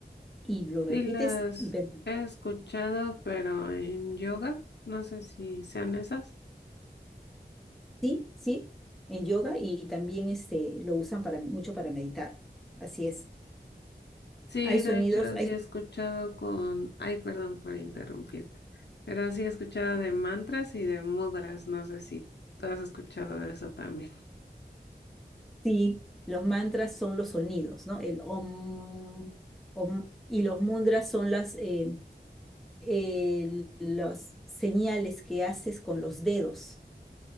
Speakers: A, in the centre; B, on the left.
A: y lo repites
B: Sí, las
A: y per-
B: he escuchado, pero en yoga, no sé si sean esas.
A: sí, sí, en yoga y también este lo usan para mucho para meditar. Así es.
B: Sí,
A: Hay sonidos,
B: de hecho,
A: hay
B: sí he escuchado con, ay, perdón por interrumpirte, pero sí he escuchado de mantras y de mudras, no sé si tú has escuchado de eso también. <laughs>
A: sí, los mantras son los sonidos, ¿no? El om, om y los mudras son las eh, eh, las señales que haces con los dedos